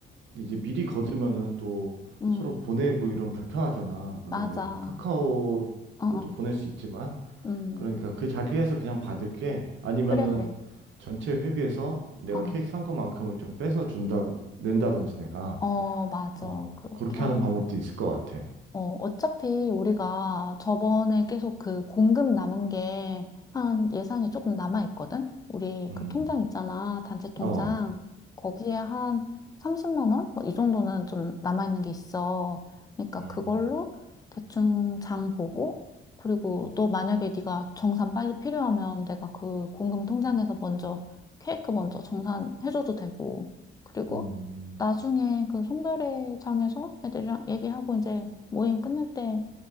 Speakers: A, on the right; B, on the left.
A: 이제 미리 거두면은 또
B: 음,
A: 서로 보내고 이런 불편하잖아. 물론
B: 맞아.
A: 요즘에 카카오로도
B: 어, 어,
A: 보낼 수 있지만
B: 음,
A: 그러니까 그 자리에서 그냥 받을게. 아니면은
B: 그래, 그래.
A: 전체 회비에서 내가
B: 어,
A: 케이크 산 것만큼을 좀 뺏어 준다 낸다든지 내가.
B: 어, 맞아.
A: 어,
B: 그렇게
A: 그렇게
B: 하자.
A: 하는 방법도 있을 것 같아.
B: 어, 어차피 우리가 저번에 계속 그 공급 남은 게 한 예산이 조금 남아 있거든? 우리
A: 음,
B: 그 통장 있잖아, 단체 통장.
A: 어,
B: 거기에 한 30만 원? 뭐 이 정도는 좀 남아 있는 게 있어. 그러니까
A: 음,
B: 그걸로 대충 장 보고 그리고 또 만약에 네가 정산 빨리 필요하면 내가 그 공금 통장에서 먼저 케이크 먼저 정산해줘도 되고. 그리고
A: 음,
B: 나중에 그 송별회장에서 애들이랑 얘기하고 이제 모임 끝날 때